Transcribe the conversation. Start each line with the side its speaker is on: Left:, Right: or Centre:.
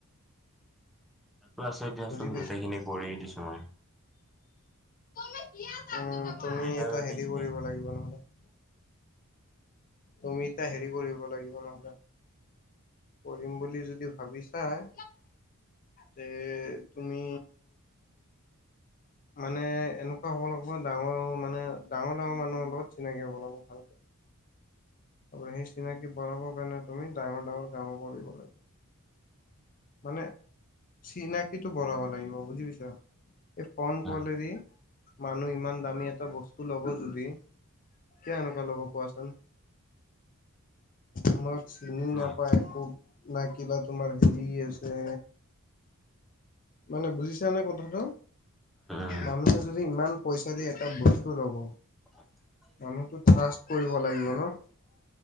Centre: তাতো আছে দিয়াচোন
Left: বুজি
Centre: গোটেইখিনি কৰি দিছো মই
Left: ত মে কিয় <unintelligible> উম তুমি
Centre: সুবিধা
Left: এটা
Centre: গোটেইখিনি
Left: হেৰি কৰিব
Centre: আছে।
Left: লাগিব নহলে <inaudible> তুমি এতিয়া হেৰি কৰিব লাগিব নহলে কৰিম বুলি যদি ভাবিছাই যে তুমি মানে এনেকুৱা হব লাগিব ডাঙৰ মানে ডাঙৰ ডাঙৰ মানুহৰ লগত চিনাকি হব লাগিব ভালকে। আপোনাৰ সেই চিনাকি বঢ়াবৰ কাৰণে তুমি ডাঙৰ ডাঙৰ কাম কৰিব লাগিব। মানে চিনা কিটো বঢ়াব লাগিব বুজি পাইছা। এই ফোন কালে
Centre: উম
Left: দি মানুহ ইমান দামী এটা বস্তু লব যদি কিয় এনেকুৱা ল'ব কোৱাচোন। তোমাক চিনিও নাপায়
Centre: উম
Left: একো না কিবা তোমাৰ হেৰি আ ৰে মানে বুজিছা নে কথাটো
Centre: উম
Left: মানুহে যদি ইমান পইচা দি এটা বস্তু ল'ব।
Centre: <inaudible>
Left: মানুহতো ট্ৰাষ্ট কৰিব লাগিব ন।